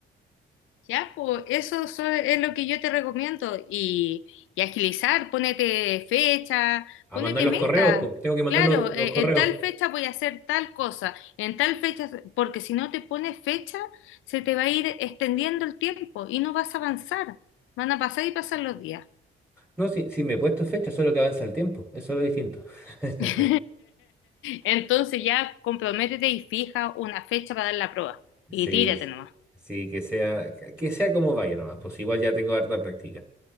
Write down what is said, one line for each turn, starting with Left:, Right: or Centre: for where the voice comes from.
Left: Ya, pues eso so- es lo que yo te recomiendo. Y, y agilizar, ponete fecha,
Centre: A
Left: ponete
Centre: mandar los
Left: meta.
Centre: correos, pues tengo que mandar
Left: Claro,
Centre: los, los
Left: eh,
Centre: correos.
Left: en tal fecha voy a hacer tal cosa, en tal fecha, porque si no te pones fecha, se te va a ir extendiendo el tiempo y no vas a avanzar. Van a pasar y pasar los días.
Centre: No, sí, sí me he puesto fecha, solo que avanza el tiempo, eso es lo distinto. <laughs>
Left: <laughs> Entonces ya comprométete y fija una fecha para dar la prueba.
Centre: Sí,
Left: Y tírate nomás.
Centre: sí, que sea, que sea como vaya nomás, pues igual ya tengo harta práctica.